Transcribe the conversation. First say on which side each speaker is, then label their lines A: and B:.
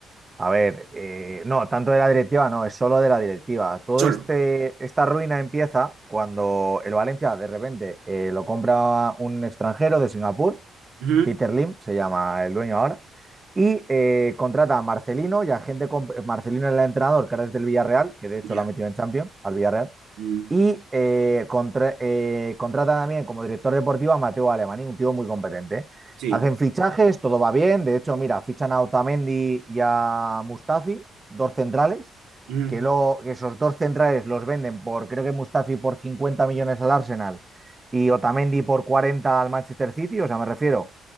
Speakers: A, on the right; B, on the right.
A: A ver, eh, no, tanto de la directiva, no, es solo de la directiva. Todo
B: Solo.
A: este, esta ruina empieza cuando el Valencia de repente eh, lo compra un extranjero de Singapur
B: Ujú.
A: Peter Lim se llama el dueño ahora. Y eh, contrata a Marcelino y a gente con... eh, Marcelino era el entrenador, que ahora es del Villarreal, que de hecho
B: Ya.
A: lo ha metido en Champions, al Villarreal.
B: Mm,
A: Y eh, contra- eh, contrata también como director deportivo a Mateo Alemany, un tío muy competente.
B: Sí.
A: Hacen fichajes, todo va bien. De hecho, mira, fichan a Otamendi y a Mustafi, dos centrales,
B: Ujú.
A: que luego que esos dos centrales los venden por, creo que Mustafi por 50 millones al Arsenal y Otamendi por 40 al Manchester City. O sea, me refiero